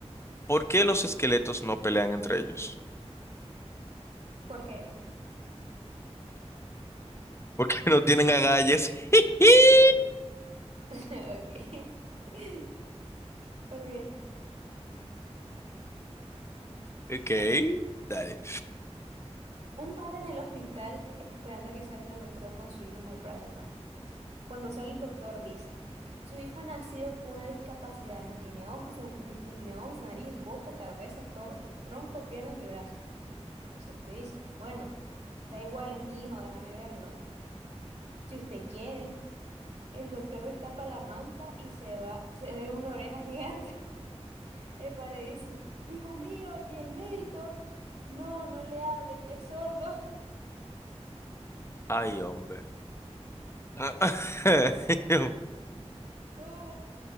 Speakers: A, on the left (about 25°); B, on the right (about 70°).
A: ¿Por qué los esqueletos no pelean entre ellos?
B: ¿Por qué?
A: <laughs> Porque no tienen agallas. <laughs>
B: <laughs> Ok. <laughs> Okay.
A: Ok,
B: Ok.
A: dale.
B: Un padre en el hospital esperando a que salga el doctor con su hijo en los brazos. Juan. Cuando sale el doctor dice, su hijo ha nacido con una discapacidad, no tiene ojos, no, no tiene ojos, nariz, boca, cabeza, torso, tronco, pierna ni brazo. Entonces le dice, bueno, da igual, es mi hijo, déjame verlo. Si usted quiere, el doctor destapa la manta y se va, se ve una oreja gigante. El padre dice, hijo mío, ¿y el médico? No, no le hable, que es sordo. <laughs>
A: Ay, hombre. Ah, <laughs>
B: No,